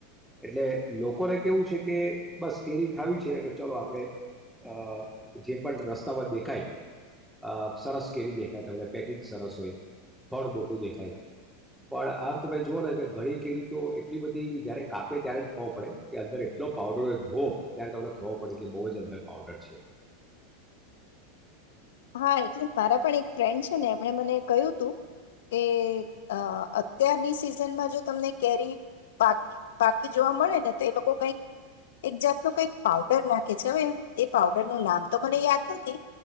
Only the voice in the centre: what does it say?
એટલે લોકોને કેવું છે કે બસ કેરી ખાવી છેને કે ચલો આપણે અ જે પણ રસ્તામાં દેખાય અ સરસ કેરી દેખાય તમને પેકિંગ સરસ હોય ફળ મોટું દેખાય પણ આમ તમે જોઓ ને કે ઘણી કેરી તો એટલી બધી જયારે કાપે ત્યારે જ ખોવો પડે કે અંદર એટલો પાવડર હોય ધોવો ત્યારે તમને ખોવો પડે કે બહુ જ અંદર પાવડર છે